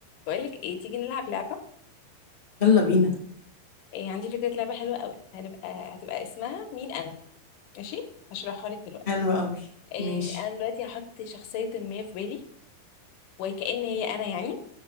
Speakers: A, on the left; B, on the left.
A: بقولك ايه تيجي نلعب لعبة
B: يلا بينا
A: إيه عندي فكرة لعبة حلوة قوي هنبقى هتبقى اسمها مين انا ماشي هشرحها لك دلوقتي
B: حلو قوي
A: إيه
B: ماشي
A: انا دلوقتي هحط شخصية ما في بالي وكأن هي انا يعني